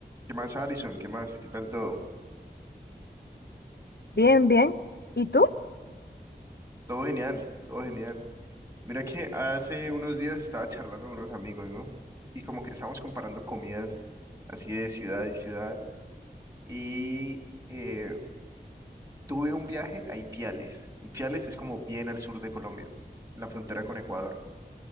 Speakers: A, on the right; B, on the left.
A: ¿Qué más, Alison? ¿Qué más? ¿Qué tal todo?
B: Bien, bien. ¿Y tú?
A: Todo genial, todo genial. Mira que hace unos días estaba charlando con unos amigos, ¿no? Y como que estábamos comparando comidas así de ciudad y ciudad. Y eh, tuve un viaje a Ipiales. Ipiales es como bien al sur de Colombia, en la frontera con Ecuador.